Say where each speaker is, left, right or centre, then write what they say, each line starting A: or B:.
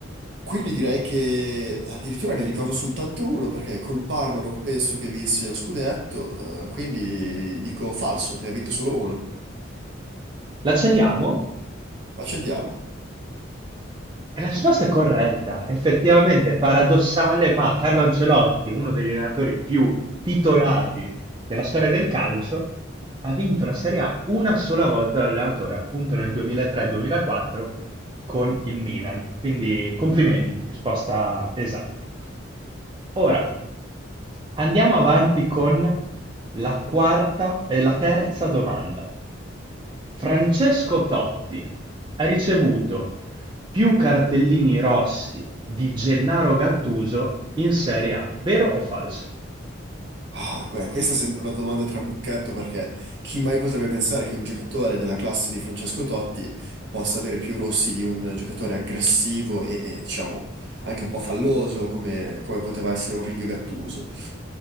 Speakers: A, on the right (about 60°); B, on the right (about 25°).
A: Quindi direi che addirittura ne ricordo soltanto uno perché col Parma non penso che vinse lo scudetto, eh, quindi dico falso, ne ha vinto solo uno.
B: L'accendiamo?
A: Accendiamo.
B: E la risposta è corretta. Effettivamente è paradossale, ma Carlo Ancelotti, uno degli allenatori più titolati della storia del calcio, ha vinto la Serie A una sola volta da allenatore, appunto nel 2003-2004 con il Milan. Quindi complimenti, risposta esatta. Ora andiamo avanti con la quarta e la terza domanda. Francesco Totti ha ricevuto più cartellini rossi di Gennaro Gattuso in Serie A, vero o falso?
A: Ah, beh, questa sembra una domanda trabocchetto perché chi mai potrebbe pensare che un giocatore della classe di Francesco Totti possa avere più rossi di un giocatore aggressivo e, e, diciamo, anche un po' falloso come, come poteva essere un Ringhio Gattuso.